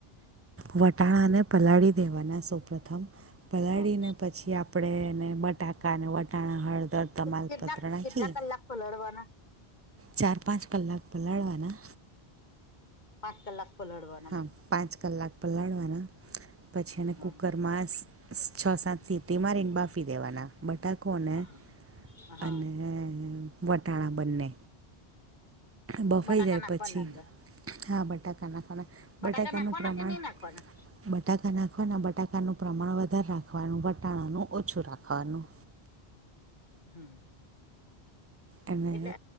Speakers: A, on the right; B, on the left.
A: વટાણાને પલાળી દેવાના સૌ પ્રથમ પલાળીને
B: હા
A: પછી આપણે એને બટાકાને, વટાણા, હળદર તમાલપત્ર
B: કેટલાક
A: નાખી
B: કેટલા કલાક પલડવાના.
A: ચાર પાંચ કલાક પલાળવાના.
B: પાંચ કલાક પલડવાના.
A: હા પાંચ કલાક પલાળવાના પછી એ
B: હા
A: કુકર છ સાત સીમાંરેને બાફી દેવાના બટા કોને
B: હા હા
A: અને વટાણા બંને બફાઈ
B: બટાકા
A: જાય
B: નાખવાના
A: પછી
B: અંદર
A: હા બટાકા નાખવાના
B: બટાકા
A: બટાકાનું
B: નાખવાના
A: પ્રમાણ
B: કે નહી નાખવાના
A: બટાકા નાખવાને બટાકાનું પ્રમાણ વધારે રાખવાનું વટાણાનું ઓછું રાખવાનું.
B: હમ્મ.
A: અને
B: એટલે